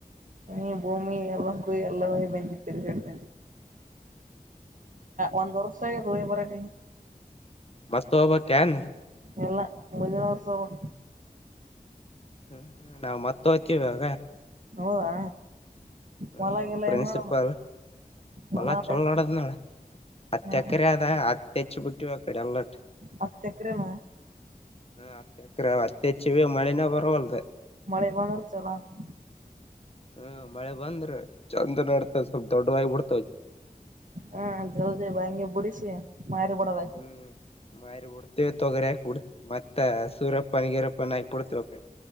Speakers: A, on the right (about 60°); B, on the left (about 40°).
A: ನೀ ಭೂಮಿ ಎಲ್ಲಕ್ಕೂ ಎಲ್ಲ ಹೋಗ್ ಬಂದ್ವಿ ತಿರ್ಗಾಡ್ಕಂಡು ಒಂದ್ ವರ್ಷ ಆಗದ್ ಹೋಗಿ ಬರೋಟ್ಟಗೆ.
B: ಮತ್ ಹೋಗ್ಬಕ್ ಕ್ಯಾನು.
A: ಇಲ್ಲ ಮುಂದಿನ್ ವರ್ಸ ಓಬಕು
B: ಹ್ಮ್ ಹ್ಮ್ ನಾವ್ ಮತ್ ಹೋಗ್ತಿವ್ <unintelligible>
A: ಹೌದಾ
B: ಹ್ಮ್
A: ಹೊಲಗಿಲ್ಲ
B: ಪ್ರಿನ್ಸಿಪಲ್
A: ಹೆಂಗ್ ನೋಡೋದು ಹೊಲ
B: ಅಲ್ಲಾ ಚಲೋ
A: ಹೆಂಗ್
B: ನಡದದ ನೋಡ್. ಹತ್ತ
A: ಹ್ಮ್
B: ಎಕರೆ ಅದ ಹತ್ತಿ ಹಚ್ಚಿ ಬಿಟ್ಟಿವಿ ಅಕಡಿ ಎಲ್ಲಟ್ಟ
A: ಹತ್ತ್ ಎಕ್ರೆನ
B: ಹ್ಮ್ ಅದ್ಕೆ. ಎಕ್ರೆ ಅವ ಹತ್ತಿ ಹಚ್ಚಿವಿ ಮಳಿನ ಬರವಲ್.
A: ಮಳಿ ಬಂದ್ರ ಚಲೋ ಆತದ್.
B: ಹ್ಮ ಮಳೆ ಬಂದ್ರ ಚಂದ ನಡ್ತದ ಸ್ವಲ್ಪ ದೊಡ್ಡು ಆಗಿ ಬಿಡ್
A: ಹ್ಮ ಜಲ್ದಿ ಬಾಯಂಗಿ ಬುಡುಸಿ. ಛೆ ಮಾರಿ ಬುಡೊದು ಅಷ್ಟೇ.
B: ಹ್ಮ್ ಮಾರಿ ಬುಡ ಮತ್ತೆ ತೋಗ್ಯರ್ಯಗ ಹುಡ್ ಮತ್ತ ಸುರಪನ್ ಗೀರಪ್ಪನ ಹಾಕಿ ಬುಡ್ತೀವಿ ಅಕಡಿ